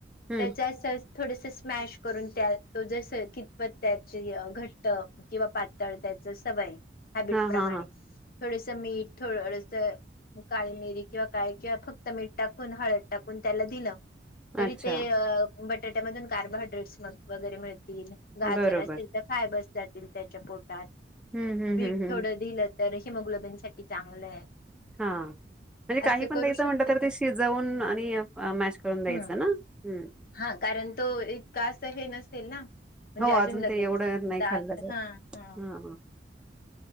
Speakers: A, in the centre; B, on the left.
A: हम्म
B: त्याच्या थोडस स्मॅश करून त्या तो जस कितपत त्याची घट्ट किंवा पातळ त्याच सवय. हॅबिट
A: हा
B: प्रमाणे
A: हा हा
B: थोडसं मीठ थोडस काळी मिरी किंवा काळे किंवा ज्या फक्त मीठ टाकून हळद टाकून त्याला दिलं. तरी
A: अच्छा
B: ते अ बटाट्यामधुन कार्बोहायड्रेट्स मग वगैरे मिळ. गाजर
A: बरोबर.
B: असतील तर फायबर्स जातील त्याच्या पोट.
A: हं, हं,
B: बीट
A: हं, हं.
B: थोडं दिल. तर हिमोग्लोबीनसाठी चांगलं.
A: हा म्हणजे काही
B: असं
A: पण
B: करू
A: द्यायचं
B: शकत
A: म्हटलं तर ते शिजवून आणि मॅश करून द्यायचं
B: हम्म
A: ना. हम्म.
B: हा कारण तो इतका अस हे नसेल ना. म्हणजे
A: हो,
B: अजून लगेच
A: ते एवढं नाही
B: दात
A: खाल्लं जात.
B: ह ह.
A: हां.